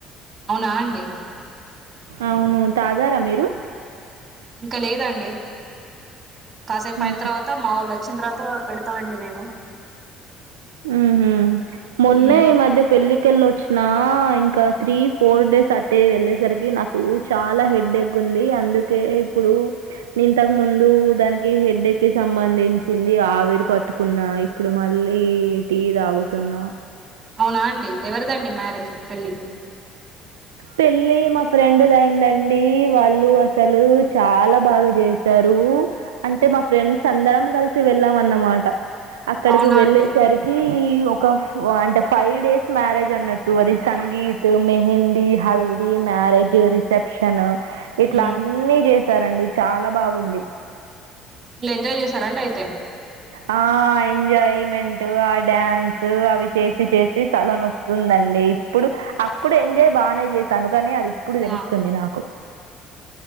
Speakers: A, on the right (about 35°); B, on the right (about 80°).
A: అవునా అండి
B: ఔను తాగారా మీరు
A: ఇంకా లేదండి కాసేపైన
B: ఆ
A: తర్వాత మా వోలు ఒ చ్చిన తర్వాత పెడ్తా అండి నేను
B: ఉహు మొన్నే
A: మ్మ్
B: ఈ మధ్య పెళ్లి కేళ్లోచ్చినా ఇంకా త్రీ, ఫోర్ డేస్ అటె ఎళ్ళేసరికి నాకు చాలా హెడ్ ఎక్ డి అందుకే ఇప్పుడు ఇంతక్ముందు దానికి హెడ్డేక్ కి సంబంధించింది ఆవిరి పట్టుకున్నా ఇప్పుడు మళ్ళీ టీ తాగుతున్నా
A: అవునా అండి ఎవరిదండి మ్యారేజ్ పెళ్ళి
B: పెళ్ళీ మా ఫ్రెండ్ అయిందండీ వాళ్ళు అసలు చాలా బాగా చేశారు ఉ అంటే మా ఫ్రెండ్స్ అందరం కలిసి వెళ్ళాంన్నమాట అక్కడికి
A: అవునా
B: వెళ్ళేసరికీ
A: అండి
B: ఈ ఒక అంటె ఫైవ్ డేస్ మ్యారేజ్ అన్నట్టు అది సంగీత్ మెహందీ, హల్దీ, మ్యారేజ్, రిసెప్షన్ ఇట్లా
A: మ్మ్
B: అన్న జే సరండి చాలా బాగుంది
A: ళ్ళు ఎంజాయ్ చేశారండి ఐతే
B: ఆ ఎంజాయ్మెంట్ ఆ డ్యాన్స్ అవి చేసి చేసి తలనొస్తుందండి ప్పుడు అప్పుడు ఎంజాయ్ బానే చేశాను గని అది ఇప్పుడు తెలుస్తుంది
A: ఆ
B: నాకు